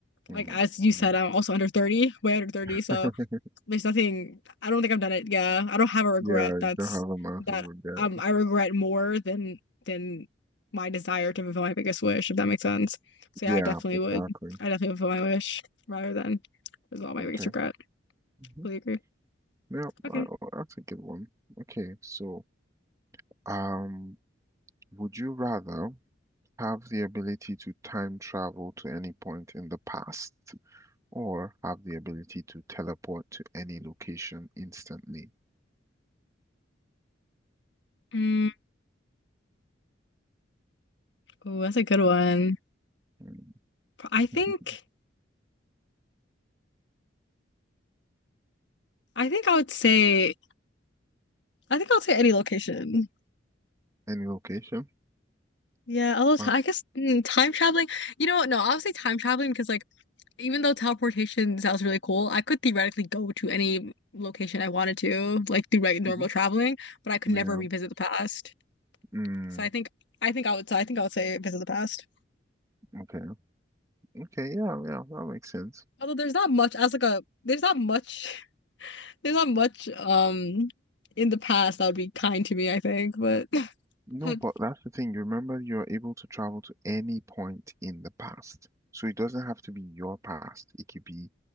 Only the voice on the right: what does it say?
Mm,
yeah.
<laughs>
Yeah,
you don't have a massive
regret.
Yeah,
exactly.
Okay.
hmm
Yeah,
I, I'll take it one. Okay, so um, would you rather have the ability to time travel to any point in the past or have the ability to teleport to any location instantly?
Mm.
<laughs>
Any location?
Uh,
mhm.
Yeah.
Mm,
okay. Okay. Yeah. Yeah. That makes sense.
No, but that's the thing. You remember you're able to travel to any point in the past. So it doesn't have to be your past. It could be